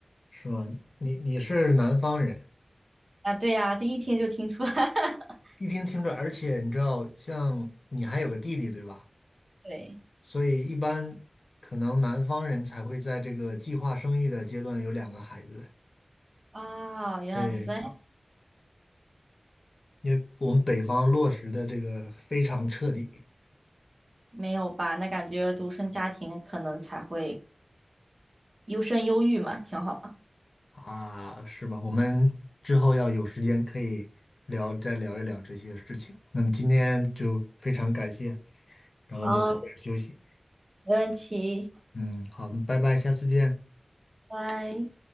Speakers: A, on the left (about 60°); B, on the right (about 50°).
A: 是吧？你你是南方人，
B: 啊，对呀，这一听就听出来。<laughs>
A: 一听听着，而且你知道，像你还有个弟弟，对吧？
B: 对，
A: 所以一般可能南方人才会在这个计划生育的阶段有两个孩子。
B: 啊，原来是这样，
A: 对，因为我们北方落实的这个非常彻底
B: 没有吧？那感觉独生家庭可能才会优生优育嘛，挺好的。
A: 啊，是吧？我们之后要有时间可以聊，再聊一聊这些事情。那么今天就非常感谢，然后也早点休息。
B: 好，没问题，
A: 嗯，好的，拜拜，下次见。
B: 拜。